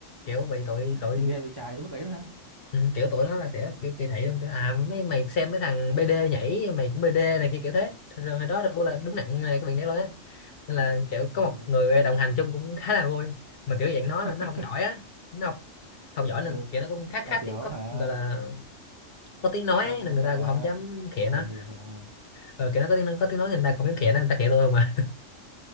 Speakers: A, on the left; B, on the right.
A: kiểu bị tụi tụi
B: thì ghê bị chài tới mức đấy nữa hả?
A: ừ, kiểu tụi nó là sẽ kiểu kỳ thị luôn kiểu à mấy mày xem mấy thằng BD nhảy mày cũng BD này kia kiểu thế rồi hồi đó là là đúng nặng này, cái việc đấy luôn á nên là kiểu có
B: ừ
A: một người đồng hành chung cũng khá là vui mà kiểu dạng nó
B: <laughs>
A: là nó học giỏi á nó học học giỏi
B: ừ
A: nên kiểu nó cũng khá khá
B: là
A: tiếng
B: kiểu
A: có
B: hả
A: gọi là có tiếng nói
B: con
A: ấy,
B: mình
A: nên người
B: hả
A: ta cũng không dám khịa
B: ừ
A: nó
B: hiểu hiểu mà
A: ờ, kiểu nó có tiếng có tiếng nói người ta không dám khịa nó người ta khịa tôi không à